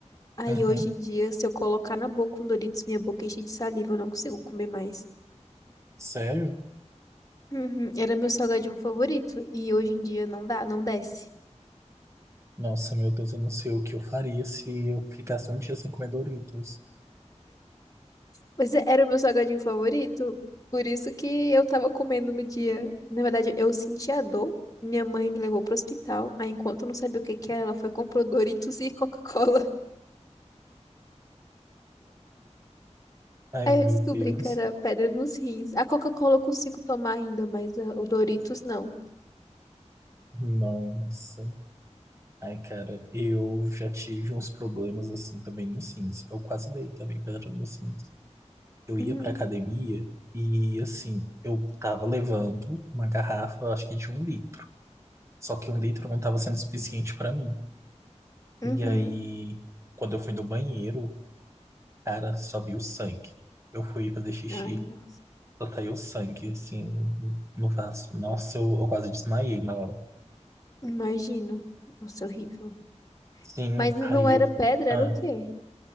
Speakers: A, on the left; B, on the right.
A: Aí
B: Uhum.
A: hoje em dia, se eu colocar na boca um Doritos, minha boca enche de saliva, eu não consigo comer mais.
B: Sério?
A: Uhum, era meu salgadinho favorito e hoje em dia não dá, não desce.
B: Nossa, meu Deus, eu não sei o que eu faria se eu ficasse um dia sem comer Doritos.
A: Pois é, era o meu salgadinho favorito. Por isso que eu tava comendo no dia. Na verdade, eu senti a dor. Minha mãe me levou pro hospital. Aí, enquanto eu não sabia o que que era, ela foi e comprou Doritos e Coca-Cola. <laughs>
B: Ai,
A: Aí
B: meu
A: eu descobri
B: Deus.
A: que era pedra nos rins. A Coca-Cola eu consigo tomar ainda, mas ah, o Doritos não.
B: Nossa. Ai, cara, eu já tive uns problemas assim também no Sims. Eu quase dei também pedra no Sims. Eu
A: Hum,
B: ia pra academia e, assim, eu tava levando uma garrafa, eu acho que de um litro. Só que um litro não tava sendo suficiente pra mim. E
A: uhum.
B: aí, quando eu fui no banheiro, cara, só vi o sangue. Eu fui fazer xixi.
A: Ai, nossa.
B: Só caiu sangue, assim, no vaso. Nossa, eu, eu quase desmaiei na hora.
A: Imagino. Nossa, é horrível.
B: Sim,
A: Mas não
B: aí
A: era
B: eu.
A: pedra,
B: Ah,
A: era o quê?